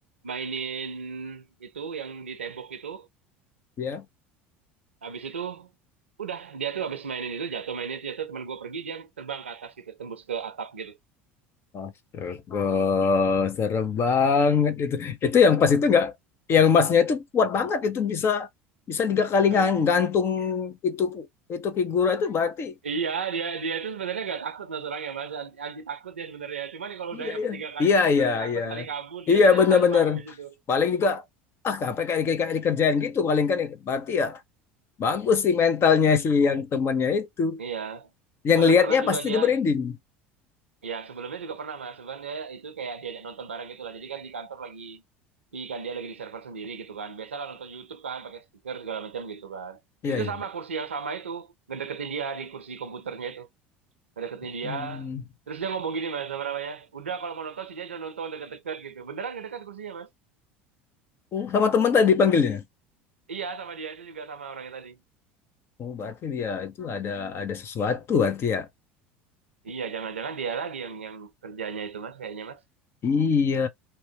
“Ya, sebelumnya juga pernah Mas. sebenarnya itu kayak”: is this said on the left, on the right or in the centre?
Right